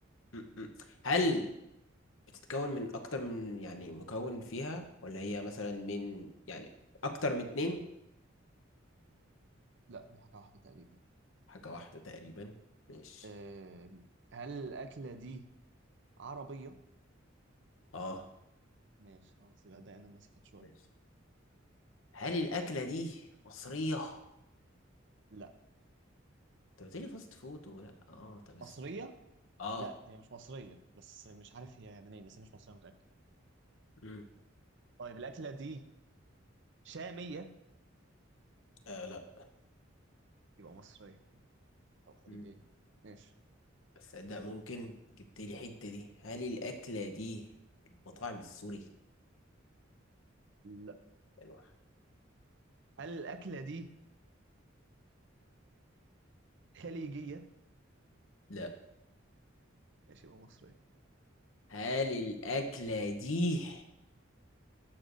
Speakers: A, on the left; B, on the right.
A: م- م. هل بتتكون من أكتر من يعني مكون فيها ولا هي مثلا من يعني أكتر من اتنين
B: لا دي حاجه واحده تقريبا
A: حاجة واحدة تقريبا مش
B: آم، هل الاكله دي عربيه
A: اه
B: ماشي خلاص يبقى ده انا المسافات شويه
A: ماشي هل الأكلة دي مصرية؟
B: لا
A: أنت قلتلي فاست فود ولا اه طب بس
B: مصريه
A: اه
B: لا هي مش مصريه بس مش عارف هي منين بس هي مش مصريه متاكد
A: مم.
B: طيب الاكله دي شاميه
A: آه لا
B: يبقى مصريه او خليجيه
A: مم.
B: ماشي
A: بس صدق ممكن جبتلي حتة دي هل الأكلة دي المطاعم السوري؟
B: لا
A: يعني
B: هل الاكله دي خليجيه
A: لا
B: ماشي يبقى مصريه
A: هل الأكلة دي